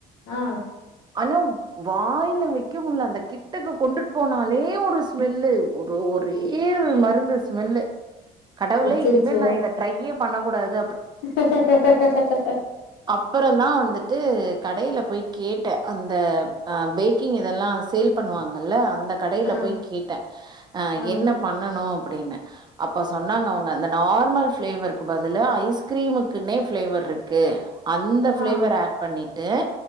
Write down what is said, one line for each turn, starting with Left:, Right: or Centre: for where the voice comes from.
Left: ஆ
Right: ஆனா வாயில வைக்க முல்ல அந்த கிட்டக்கு கொண்டுட்டு போனாலே ஒரு ஸ்மெல்லு ஒரு ஒரே மருந்து ஸ்மெல்லு கடவுளே
Left: அச்சச்சோ
Right: இனிமே நா இதை ட்ரையே பண்ணக்கூடாது
Left: <inaudible>
Right: அப்பறோ தா வந்துட்டு கடைல போய் கேட்ட அந் இந்த பேக்கிங் இதெல்லா சேல் பண்ணுவாங்கல்ல அந்த கடைல
Left: ஆ
Right: போய் கேட்ட
Left: ஆ
Right: என்ன பண்ணனு அப்டின்னு அப்ப சொன்னாங்க அவுங்க அந்த நார்மல் ஃப்ளேவருக்கு பதில ஐஸ்கிரீமுக்குன்னே ஃப்ளேவர் இருக்கு அந்த ஃபிளேவர்
Left: ஆ
Right: ஆட் பண்ணிட்டு